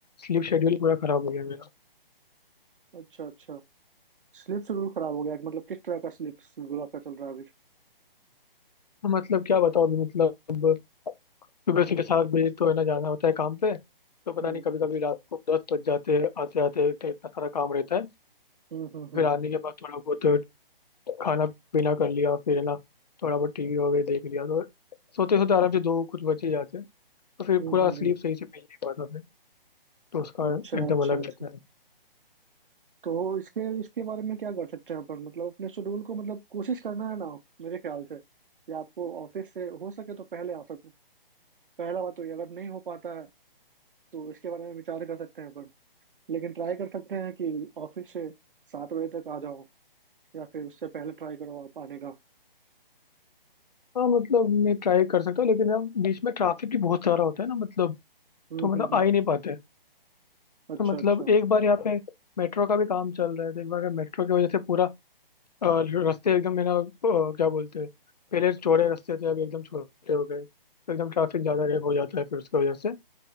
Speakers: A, on the left; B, on the right.
A: स्लीप शेड्यूल पूरा खराब हो गया है मेरा
B: अच्छा अच्छा स्लीप शेड्यूल खराब हो गया है, मतलब किस तरह का स्लीप शेड्यूल आपका चल रहा है अभी
A: तो मतलब क्या बताओ अभी मतलब सुबह सीधे सात बजे तो है ना जाना होता है काम पे तो पता
B: हम्म
A: नहीं कभी कभी रात को दस बज जाते हैं आते आते तो इतना सारा काम रहता है
B: हम्म हम्म हम्म
A: फिर आने के बाद थोड़ा बहुत खाना पीना कर लिया फिर है ना थोड़ा बहुत टीवी वगैरह देख लिया तो सोते सोते आराम से दो कुछ बज ही जाते हैं तो फिर
B: हम्म
A: पूरा
B: हम्म,
A: स्लीप
B: हम्म।
A: सही से मिल नहीं पाता फिर तो उसका
B: अच्छा
A: एकदम
B: अच्छा
A: अलग
B: अच्छा
A: रहता है
B: तो इसके इसके बारे में क्या कर सकते हैं अपन मतलब अपने शेड्यूल को मतलब कोशिश करना है ना मेरे ख्याल से कि आपको ऑफिस से हो सके तो पहले आ सको पहला बात तो ये अगर नहीं हो पाता है तो इसके बारे में विचार कर सकते हैं अपन लेकिन ट्राई कर सकते हैं कि ऑफिस से सात बजे तक आ जाओ या फिर उससे पहले ट्राई करो आप आने का
A: हाँ मतलब मैं ट्राई कर सकता हूँ लेकिन यार बीच में ट्रैफिक भी बहुत सारा होता है ना मतलब
B: हम्म
A: तो मतलब
B: हम्म हम्म
A: आ ही नहीं पाते
B: अच्छा
A: तो मतलब
B: अच्छा
A: एक बार यहाँ पे मेट्रो का भी काम चल रहा है तो एक बार मेट्रो की वजह से पूरा अ, रास्ते एकदम है ना अ, क्या बोलते हैं पहले चौड़े रास्ते थे अभी एकदम छोटे हो गए तो एकदम ट्रैफिक ज़्यादा रे- हो जाता है फिर उसकी वजह से